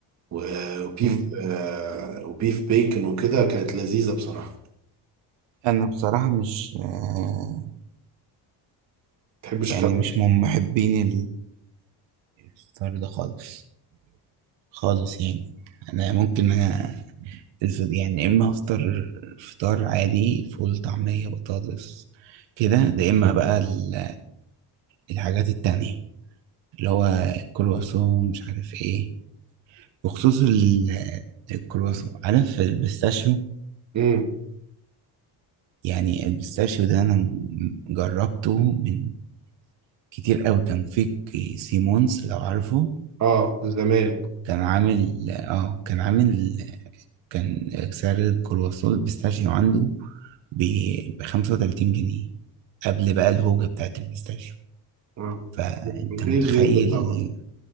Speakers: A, on the right; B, on the right.
A: و- وبيف
B: مم.
A: آه، وبيف بيكن وكده كانت لذيذة بصراحة
B: أنا بصراحة مش آه
A: متحبش
B: يعني
A: الكلام
B: مش
A: ده
B: من محبين الفطار ده خالص خالص يعني انا ممكن أنا الف- يعني يا اما افطر فطار عادي فول طعمية بطاطس كده ده اما بقى ال- الحاجات التانية اللي هو الكرواسون مش عارف ايه بخصوص ال- الكرواسون عارف البيستاشيو
A: امم
B: يعني البيستاشيو ده انا م- جربته من كتير قوي كان في ك- سيمونز لو عارفه
A: اه الزمالك
B: كان عامل اه كان عامل كان سعر الكرواسون البيستاشيو عنده ب 35 جنيه قبل بقى الهوجة بتاعت البيستاشيو
A: آه.
B: فانت
A: رخيص
B: متخيل
A: جدا طبعا